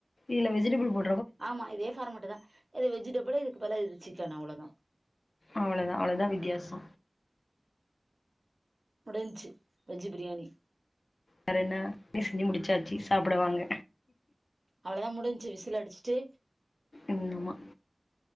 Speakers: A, on the left; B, on the right.
A: இல்ல வெஜிடபிள் போ
B: ஆமா இதே ஃபார்மெட்டுதா இது வெஜிடபுளு இதுக்கு பதிலா இது சிக்கன் அவ்ளதா
A: அவ்ளதா அவ்ளதா வித்யாசோ
B: முடின்ச்சு வெஜ்ஜு பிரியாணி
A: வேறென்ன செஞ்சு முடிச்சாச்சி சாப்புட வாங்க
B: அவ்ளதா முடின்ச்சு விசில் அடுச்ட்டு
A: ம் ஆமா